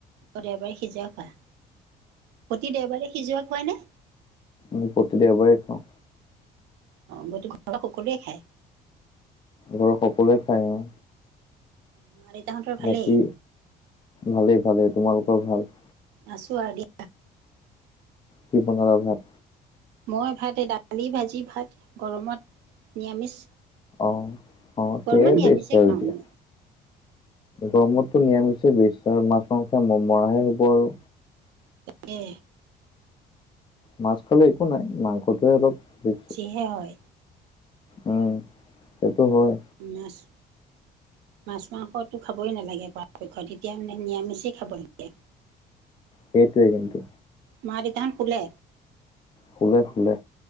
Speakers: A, on the right; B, on the left.
A: অ দেওবাৰে সিজোৱা খোৱা। প্ৰতি দেওবাৰে সিজোৱা খোৱা নে?
B: উম প্ৰতি দেওবাৰে খাওঁ।
A: অ গোটেই ঘৰৰ সকলোৱে খায়?
B: ঘৰৰ সকলোৱে খাই অ।
A: মা দেউতাহঁতৰ ভালেই?
B: বাকী ভালেই ভালেই, তোমালোকৰ ভাল?
A: আছোঁ আৰু দিয়া।
B: কি বনালা ভাত।
A: মই ভাত দালি ভাজি ভাত গৰমত নিৰামিষ।
B: অ অ
A: গৰমত
B: সেইয়াই
A: নিৰামিষে
B: বেছ আৰু
A: খাওঁ
B: এতিয়া।
A: মই।
B: গৰমতটো নিৰামিষ বেছ আৰু মাছ মাংসে মৰাহে হ'ব আৰু
A: তাকে।
B: মাছ খালে একো নাই মাংসটোহে অলপ দে।
A: সে হয়।
B: উম সেইটো হয়।
A: মাছ। মাছ, মাংসতো খাবই নালাগে পৰাপক্ষত তেতিয়া মানে নিৰামিষেই খাব লাগে।
B: সেইটোৱে কিন্তু,
A: মাক-দেউতাহত শুলে।
B: শুলে শুলে।